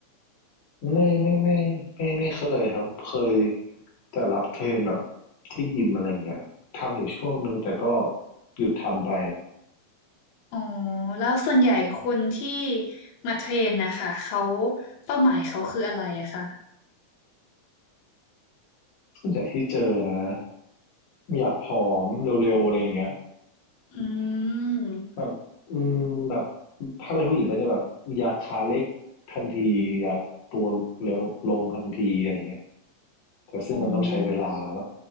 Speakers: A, on the left; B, on the left.
A: ไม่ไม่ไม่ไม่ไม่เคยครับเคยแต่รับเทรนแบบที่ยิมอะไรเงี้ยทำอยู่ช่วงหนึ่งแต่ก็หยุดทำไป
B: อ๋อแล้วส่วนใหญ่คนที่มาเทรนนะคะเขาเป้าหมายเขาคืออะไรอะค่ะ
A: ส่วนใหญ่ที่เจอนะ อยากผอมเร็วๆอะไรอย่างเงี้ย
B: อืม
A: แบบอืมแบบถ้าเป็นผู้หญิงก็จะแบบอยากขาเล็กทันทีอยากตัวเร็วลงทันทีอะไรอย่างเงี้ยแต่ซึ่งมันต้องใช้เวลาแล้ว
B: อ๋อ